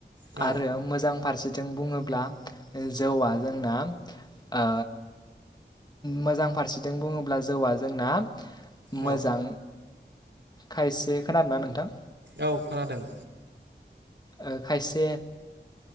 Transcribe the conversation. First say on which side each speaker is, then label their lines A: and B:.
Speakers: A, on the right; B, on the left.
A: औ
B: आरो मोजां फारसे। जों बुङोब्ला जौआ जोंना। ओ। मोजां फारसेथि बुङोब्ला जौआ जोंना मोजां
A: औ
B: खायसे खोनादोंना नोंथां
A: औ खोनादों
B: ओ खायसे